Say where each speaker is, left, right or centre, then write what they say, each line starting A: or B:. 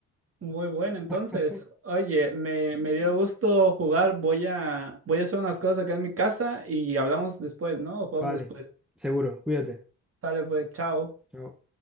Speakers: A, on the right (about 50°); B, in the centre.
A: Muy bueno, entonces.
B: <laughs>
A: Oye, me, me dio gusto jugar. Voy a, voy a hacer unas cosas acá en mi casa y hablamos después, ¿no? O jugamos
B: Vale,
A: después.
B: seguro. Cuídate.
A: Sale pues, chao.
B: Chao.